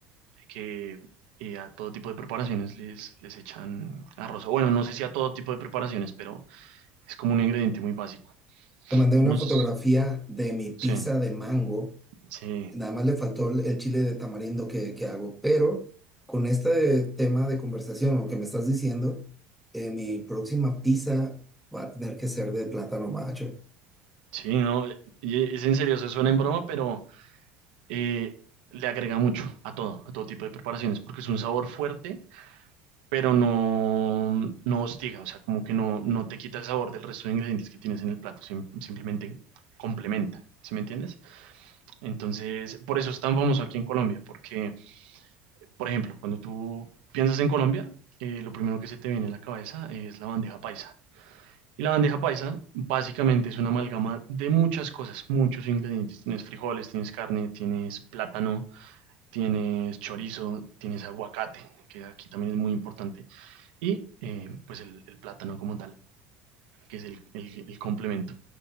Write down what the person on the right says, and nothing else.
que eh, a todo tipo de preparaciones les, les echan arroz. O bueno, no sé si a todo tipo de preparaciones, pero es como un ingrediente muy básico.
No
sé,
sí,
sí,
Sí, no, eh, y es en serio, eso suena en broma, pero eh, le agrega mucho a todo, a todo tipo de preparaciones, porque es un sabor fuerte, pero no, no hostiga, o sea, como que no, no te quita el sabor del resto de ingredientes que tienes en el plato, sim- simplemente complementa, ¿sí me entiendes? Entonces, por eso es tan famoso aquí en Colombia, porque, por ejemplo, cuando tú piensas en Colombia, eh, lo primero que se te viene a la cabeza es la bandeja paisa. Y la bandeja paisa básicamente es una amalgama de muchas cosas, muchos ingredientes. Tienes frijoles, tienes carne, tienes plátano, tienes chorizo, tienes aguacate, que aquí también es muy importante, y eh, pues el, el plátano como tal, que es el, el- el complemento.